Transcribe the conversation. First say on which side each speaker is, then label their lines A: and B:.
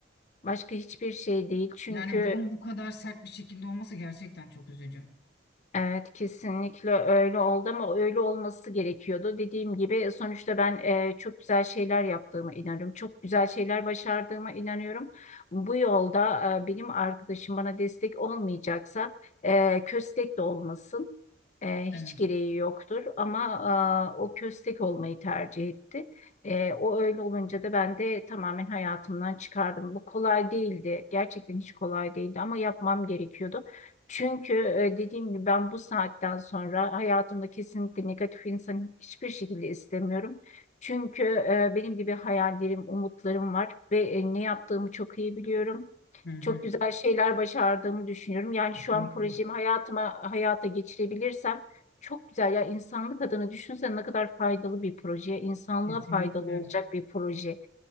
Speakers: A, on the left (about 40°); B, on the left (about 60°).
A: Başka hiçbir şey değil. Çünkü
B: Yani bunun bu kadar sert bir şekilde olması gerçekten çok üzücü.
A: Evet kesinlikle öyle oldu ama öyle olması gerekiyordu. Dediğim gibi sonuçta ben e, çok güzel şeyler yaptığıma inanıyorum. Çok güzel şeyler başardığıma inanıyorum. Bu yolda e, benim arkadaşım bana destek olmayacaksa e, köstek de olmasın. E,
B: Evet.
A: hiç gereği yoktur ama e, o köstek olmayı tercih etti. E, o öyle olunca da ben de tamamen hayatımdan çıkardım. Bu kolay değildi. Gerçekten hiç kolay değildi ama yapmam gerekiyordu. Çünkü e, dediğim gibi ben bu saatten sonra hayatımda kesinlikle negatif insanı hiçbir şekilde istemiyorum. Çünkü e, benim gibi hayallerim, umutlarım var ve e, ne yaptığımı çok iyi biliyorum.
B: Hı hı.
A: Çok güzel şeyler başardığımı düşünüyorum. Yani
B: Kesinlikle.
A: şu an projemi hayatıma hayata geçirebilirsem çok güzel. Ya insanlık adına düşünsene ne kadar faydalı bir proje, insanlığa
B: Kesinlikle.
A: faydalı olacak bir proje.